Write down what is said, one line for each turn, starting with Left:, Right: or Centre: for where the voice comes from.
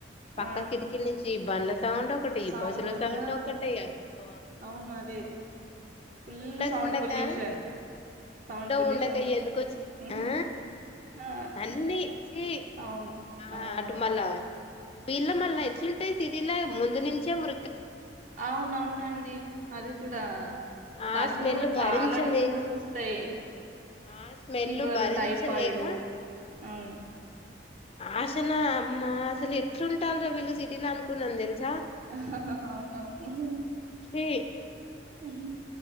Left: పక్క
Right: ఆ
Left: కిటికీ నుంచి బండ్ల సౌండ్ ఒక్కట ఈ
Right: సౌండ్
Left: బస్సులో సౌండు
Right: ఆ
Left: ఒక్కటే అబ్బ
Right: అవును అదే ఫుల్
Left: ఉండకా
Right: సౌండ్
Left: ఉండకా
Right: పొల్యూషన్ సౌండ్ పొల్యూషన్
Left: ఉండకయ
Right: ఫుల్
Left: ఎందుకొచ్చి
Right: ఉహు
Left: ఆ
Right: ఆ
Left: అన్నీ <unintelligible>
Right: అవును
Left: ఆ
Right: అవునవును
Left: అటు మళ్ళ పీళ్ల మళ్ళా ఎట్లుంటాయి సిరిలా ముందు నుంచే ము
Right: అవునవునండి అది కూడా
Left: ఆ
Right: దాని
Left: స్మెల్
Right: వల్ల కూడా
Left: భరించలేక
Right: చాలా డిసీజెస్ వస్తాయి
Left: ఆ స్మెల్
Right: ఫీవర్
Left: భరించలేక
Right: టైఫాయిడ్ అవును
Left: ఆసనా అమ్మ అసలు ఎట్లా ఉంటాల రా వీళ్లు సిటీ అనుకు నంద తెలిసు
Right: హహ అవునవును
Left: ఛీ
Right: ఉహుమ్